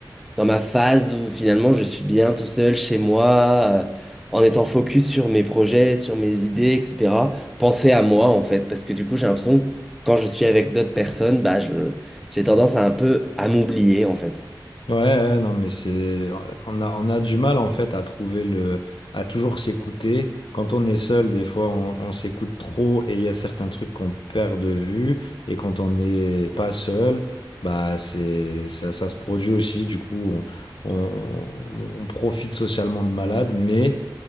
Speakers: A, in the centre; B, on the left.
A: dans ma phase où finalement je suis bien tout seul chez moi, euh, en étant focus sur mes projets, sur mes idées, etc. Penser à moi en fait, parce que du coup j'ai l'impression que quand je suis avec d'autres personnes, bah je j'ai tendance à un peu à m'oublier en fait.
B: Ouais, ouais, non, mais c'est, on a, on a du mal en fait à trouver le, à toujours s'écouter. Quand on est seul, des fois, on, on s'écoute trop et il y a certains trucs qu'on perd de vue. Et quand on n'est pas seul, bah c'est, ça, ça se produit aussi. Du coup, on, on, on profite socialement de malade, mais